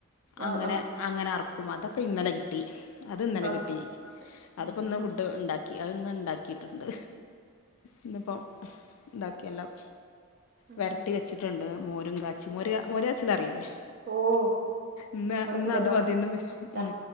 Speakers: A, on the left (about 75°); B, on the right (about 45°).
A: അങ്ങനെ
B: ആഹ് ആഹ്
A: അങ്ങനെ അറക്കും അതൊക്കെ ഇന്നലെ കിട്ടി അത് ഇന്നലെ
B: ആഹ്
A: കിട്ടി
B: ഉം
A: അതിപ്പോ
B: ഉം
A: ഇന്ന് ഫു ഡ് ഉണ്ടാക്കി അത് ഇന്ന് ഉണ്ടാക്കിയിട്ടുണ്ട് ഇന്നിപ്പം ഇതാക്കി എല്ലാം
B: ഉം
A: വെരട്ടി
B: ഉം
A: വെച്ചിട്ടുണ്ട് മോരും കാച്ചി മോര് മോര് കാച്ചല് അറിയില്ലേ
B: ഓഹ്
A: ഇന്ന്
B: ഇവിടെ സുലഭാ
A: അത് മതിന്ന്
B: ഇഷ്ടാ
A: ഉം